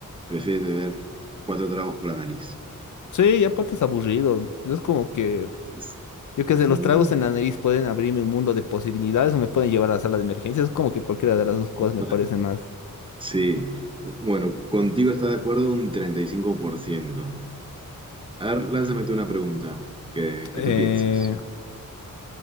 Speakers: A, on the right; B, on the left.
A: prefieres beber cuatro tragos por la nariz.
B: sí, y aparte es aburrido. Es como que,
A: Es-
B: yo qué
A: mm.
B: sé, los tragos en la nariz pueden abrirme un mundo de posibilidades o me pueden llevar a la sala de emergencias. Es como que cualquiera de las
A: <laughs>
B: dos cosas me parece más.
A: Sí. Bueno, contigo está de acuerdo un treinta y cinco por ciento A ver, lánzame tú una pregunta que, que
B: Eh,
A: tú pienses.